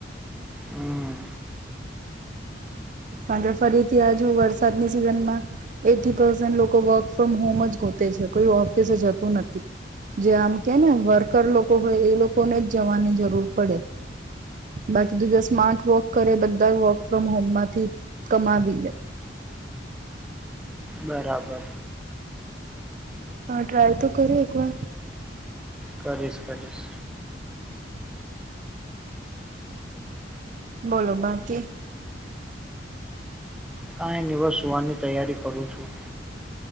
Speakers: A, in the centre; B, on the right.
A: હમ
B: અને ફરીથી આજુ વરસાદની સિઝન માં એટી પ્રેરસેન્ટ લોકો વર્ક ફ્રોમ હોમ જ ગોતે છે કોઈ ઓફિસે જતું નથી. જે આમ કે ને વર્કર લોકો હોય એ લોકોને જ જવાની જરૂર પડે. બાકી બીજા સ્માર્ટ વર્ક કરે બધા વર્ક ફ્રોમ હોમમાંથી કમાવી લે
A: બરાબર.
B: તમે ટ્રાય તો કરો? એકવાર.
A: કરીશ કરીશ
B: બોલો બાકી
A: કાંઈ નહિ બસ સુવા ની તૈયારી કરું છું.